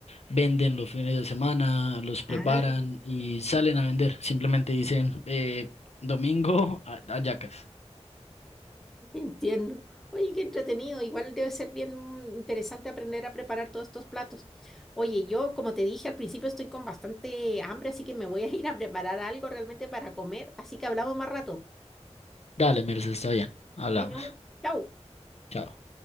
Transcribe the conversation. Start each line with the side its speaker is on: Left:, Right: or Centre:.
Left: venden los fines de semana, los preparan
Centre: Ah.
Left: y salen a vender. Simplemente dicen, eh, domingo a, a Yacas.
Centre: Entiendo. Oye, qué entretenido. Igual debe ser bien interesante aprender a preparar todos estos platos. Oye, yo, como te dije al principio, estoy con bastante hambre, así que me voy a <laughs> ir a preparar algo realmente para comer. Así que hablamos más rato.
Left: Dale, Mirza, está bien. Hablamos.
Centre: Bueno, chao.
Left: Chao.